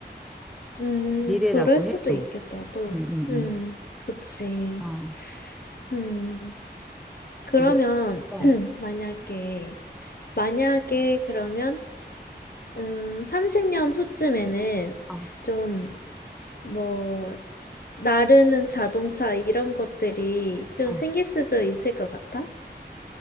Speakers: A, on the left (about 60°); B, in the centre.
A: 음,
B: 미래라고
A: 그럴 수도
B: 해도.
A: 있겠다, 또.
B: 응, 응,
A: 음,
B: 응.
A: 그치.
B: 어,
A: 음, 그러면,
B: 왜? 어,
A: <clears throat> 만약에, 만약에, 그러면, 음, 30년 후쯤에는
B: 어,
A: 좀, 뭐, 나르는 자동차 이런 것들이 좀
B: 어.
A: 생길 수도 있을 것 같아?